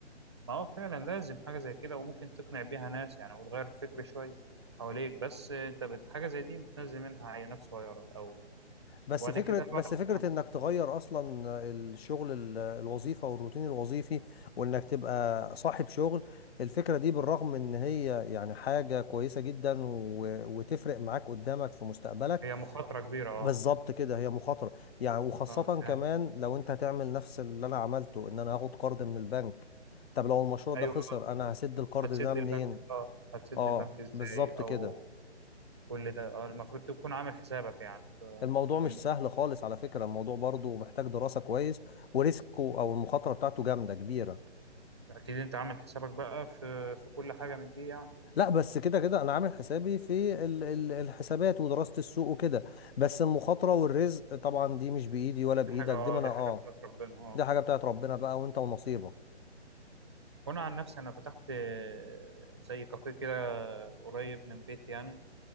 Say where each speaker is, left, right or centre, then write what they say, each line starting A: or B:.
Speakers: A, on the right; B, on the left.
A: ما هو فعلا لازم حاجة زي كده وممكن تقنع بيها ناس يعني وتغير الفكر شوية حواليك بس انت بت- حاجة زي دي بتنزل منها عينات صغيرة الأول
B: بس
A: وبعد
B: فكرة
A: كده
B: بس
A: بعد ما
B: فكرة
A: تقنع
B: انك تغير اصلا الشغل ال- الوظيفة والروتين الوظيفي وانك تبقى صاحب شغل الفكرة دي بالرغم ان هي يعني حاجة كويسة جدا و- وتفرق معاك قدامك في مستقبلك
A: هي مخاطرة كبيرة اه
B: بالظبط كده هي مخاطرة يعني وخاصة
A: اه فاهم
B: كمان لو انت هتعمل نفس اللي انا عملته ان انا هاخد قرض من البنك طب لو المشروع ده
A: ايوه
B: خسر
A: آه.
B: انا هسد القرض
A: هتسد
B: ده منين؟
A: البنك اه هتسد
B: اه
A: البنك ازاي
B: بالظبط
A: او
B: كده
A: كل ده اه المفروض تكون عامل حسابك يعني في
B: الموضوع
A: في
B: مش
A: الم...
B: سهل خالص على فكرة الموضوع برضو محتاج دراسة كويس وريسكه او المخاطرة بتاعته جامدة كبيرة
A: اكيد انت عامل حسابك بقى في في كل حاجة من دي يعني
B: لا بس كده كده انا عامل حسابي في ال- ال- الحسابات ودراسة السوق وكده بس المخاطرة والرزق طبعا دي مش بايدي ولا بايدك
A: حاجة اه
B: دي ما انا
A: دي
B: اه
A: حاجة بتاعت ربنا اه
B: دي حاجة بتاعت ربنا بقى وانت ونصيبك
A: وانا عن نفسي انا فتحت آه، زي كافيه كده قريب من بيتي يعني